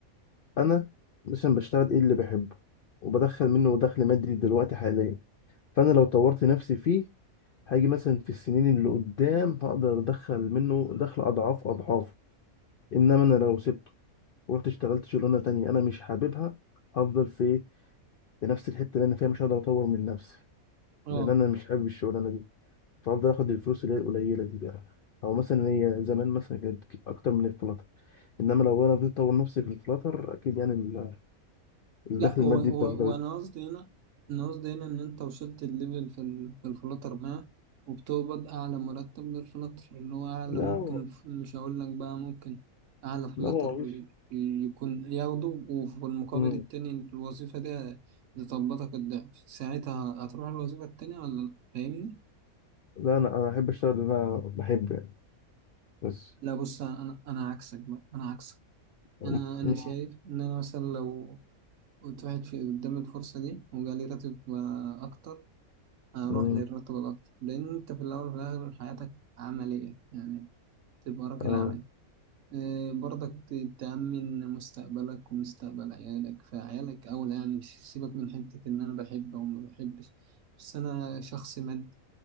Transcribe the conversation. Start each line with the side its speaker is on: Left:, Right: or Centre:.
Left: انا مثلا بشتغل ايه اللي بحبه وبدخل منه دخل مادي دلوقتي حاليا فانا لو طورت نفسي فيه هاجي مثلا في السنين اللي قدام هقدر ادخل منه دخل اضعاف اضعاف انما انا لو سبته ورحت اشتغلت شغلانه تانية انا مش حاببها هفضل في إيه؟ لنفس الحته اللي انا فيها مش هقدر اطور من نفسي
Right: اه
Left: لان انا مش حابب الشغلانه دي فافضل اخد الفلوس اللي هي القليله دي بقى او مثلا هي زمان مثلا كانت اكتر من الفلاتر انما لو انا فضلت اطور نفسي في الفلاتر اكيد يعني ال- الدخل
Right: لا هو
Left: المادي
Right: هو
Left: بتاع
Right: هو
Left: الفلاتر
Right: انا قصدي هنا انا قصدي هنا ان انت وصلت الليفل في ال- في الفلاتر ما وبتقبض اعلى مرتب للفلاتر اللي هو اعلى
Left: لا
Right: ممكن
Left: هو-
Right: ف- مش هقول لك بقى ممكن اعلى فلاتر
Left: لا هو مش
Right: ي- يكون ياخده وفي المقابل
Left: مم.
Right: التاني الوظيفة دي هتطبطك الضعف ساعتها هتروح الوظيفة التانية ولا لا فاهمني
Left: لا انا انا احب اشتغل اللي انا بحبه يعني بس
Right: لا بص انا انا عكسك بقى انا عكسك
Left: مم.
Right: انا انا
Left: مم.
Right: شايف ان انا مثلا لو كنت واحد في قدام الفرصة دي وجالي راتب آه، اكتر اروح
Left: مم.
Right: للراتب الاكتر لان انت في الاول وفي الاخر حياتك عمليه يعني تبقى راجل
Left: اه
Right: عملي إيه، برضك ت- تأمن مستقبلك ومستقبل عيالك فعيالك أولى يعني مش سيبك من حتة إن أنا بحب أو ما بحبش بس أنا شخص مادي